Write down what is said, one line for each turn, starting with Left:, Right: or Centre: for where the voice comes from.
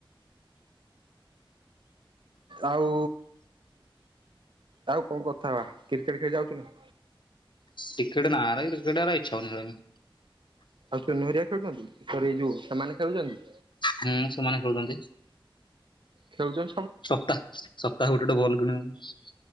Right: ଆଉ ଆଉ କଣ କଥା ହବା କ୍ରିକେଟ ଖେଳି ଯାଉଚୁ ନା?
Left: ଟିକେଟ ନା ରେ କ୍ରିକେଟ ଗୁରା ଇଚ୍ଛା ହଉନି ଖେଳିଆକୁ।
Right: ଆଉ ଚିନୁ ହେରିଆ ଖେଳୁଛନ୍ତି ସରି ଏ ଯୋଉ ସେମାନେ ଖେଳୁଛନ୍ତି?
Left: ହୁଁ ସେମାନେ ଖେଳୁଚନ୍ତି।
Right: ଖେଳୁଚ
Left: ସପ୍ତା ସପ୍ତାହକୁ ଗୋଟେ ଗୋଟେ ବଲ କିଣୁଚନ୍ତି।